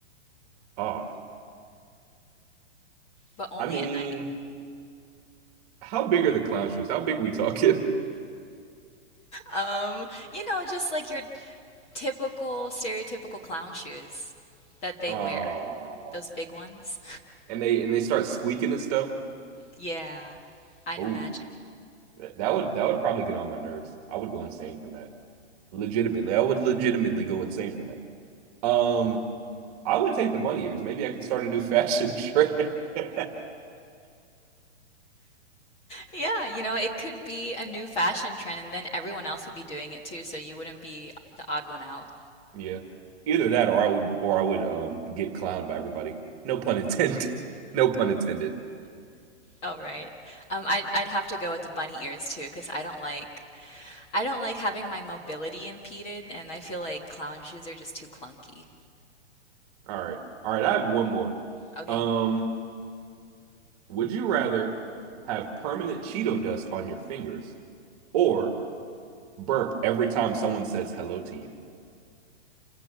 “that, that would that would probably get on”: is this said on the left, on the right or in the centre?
Right